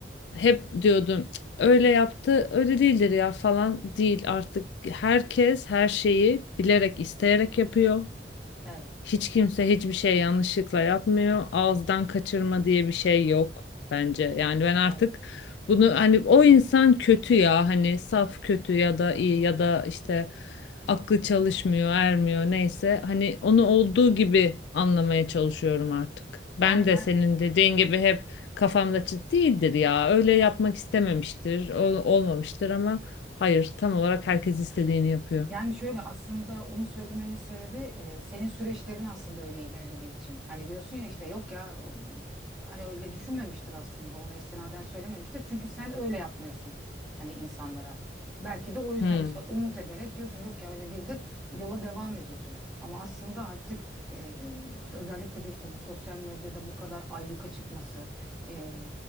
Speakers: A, on the left (about 75°); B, in the centre.
A: Hep diyordum "Cık, öyle yaptı, öyle değildir ya falan değil artık herkes her şeyi bilerek, isteyerek yapıyor.
B: evet,
A: Hiç kimse hiçbir şey yanlışlıkla yapmıyor. Ağızdan kaçırma diye bir şey yok bence. Yani ben artık
B: evet.
A: bunu hani o insan kötü ya hani saf kötü ya da iyi ya da işte aklı çalışmıyor, ermiyor neyse. Hani onu olduğu gibi anlamaya çalışıyorum artık.
B: Yani
A: Ben de
B: ben
A: senin dediğin gibi hep kafamda "Cid- değildir ya. Öyle yapmak istememiştir, ol- olmamıştır ama hayır tam olarak herkes istediğini yapıyor.
B: Yani şöyle aslında onu söylemenin sebebi e, senin süreçlerin aslında öyle ilerlediği için. Hani diyorsun ya işte yok ya o- hani öyle düşünmemiştir aslında ona istinaden söylememiştir. Çünkü sen öyle yapmıyorsun hani insanlara. Belki de o yüzden
A: Hmm.
B: işte umut ederek diyorsun yok ya öyle değildir yola devam ediyorsun. Ama aslında artık e, özellikle de işte bu sosyal medyada bu kadar ayyuka çıkması e,